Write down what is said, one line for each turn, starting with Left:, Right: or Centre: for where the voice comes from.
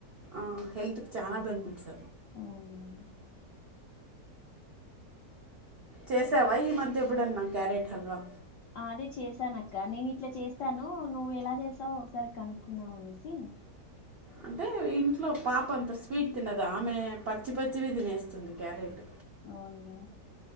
Right: ఆ హెల్త్కి చానా బెనిఫిట్స్
Left: అవును మేడం.
Right: చేసావా ఈ మధ్య ఎబుడన్నా క్యారెట్ హల్వా
Left: అదే చేశానక్క నేను ఇట్లా చేస్తాను నువ్వు ఎలా చేసావో ఒకసారి కనుక్కుందామనేసి సి
Right: అంటే ఇంట్లో పాప అంత స్వీట్ తినదు ఆమె పచ్చి పచ్చివి తినేస్తుంది క్యారెట్
Left: అవున్లే